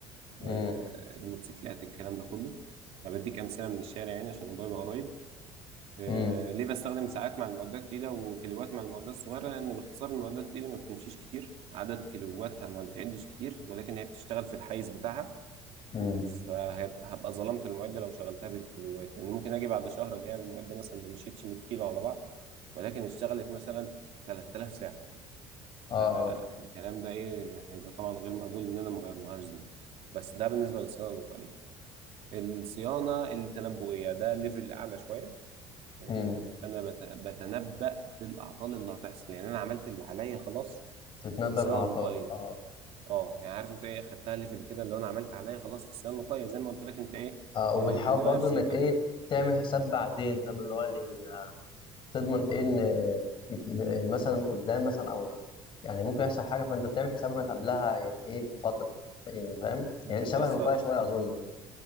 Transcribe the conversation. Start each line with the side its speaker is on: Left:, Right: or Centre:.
Right: آه،
Left: امم
Right: الموتوسيكلات الكلام ده كله أنا بديك امثله من الشارع يعني عشان الموضوع يبقى قريب آه،
Left: امم
Right: ليه بستخدم ساعات مع المعدات التقيلة وكيلوات مع المعدات الصغيرة؟ لأن باختصار المعدات التقيلة ما بتمشيش كتير، عدد كيلواتها ما بتعدش كتير، ولكن هي بتشتغل في الحيز بتاعها،
Left: امم
Right: م، فهبقى ظلمت المعدة لو شغلتها بالكيلوات، لأن ممكن أجي بعد شهر ألاقي المعدة مثلا ما مشيتش 100 كيلو على بعض، ولكن اشتغلت مثلا 3000 ساعة، فالكلام
Left: اه اه
Right: ده إيه هيبقى طبعا غير مقبول إن أنا ما أغيرلهاش زيت، بس ده بالنسبة للصيانة الوقائية. الصيانة التنبؤية ده ليفل أعلى شوية. آه،
Left: امم
Right: انا بت- بتنبأ بالاعطال اللي هتحصل يعني انا عملت اللي عليا خلاص
Left: تتنبأ
Right: في الثانويه
Left: بالأعطال
Right: الوقائيه
Left: اه
Right: اه يعني عارف انت ايه خدتها ليفل كده اللي هو انا عملت عليا خلاص في الثانويه الوقائيه زي ما قلت لك انت ايه
Left: اه وبتحاول
Right: آه، بنغير
Left: برضو
Right: زيت
Left: انك ايه
Right: او كده
Left: تعمل حساب بعدين فاهم اللي هو يعني تضمن ايه ان م- م- مثلا قدام مثلا او يعني ممكن يحصل حاجه فانت بتعمل حسابها من قبلها يعني ايه بفتره يعني فاهم
Right: بالظبط
Left: يعني شبه الوقايه شويه اظن يعني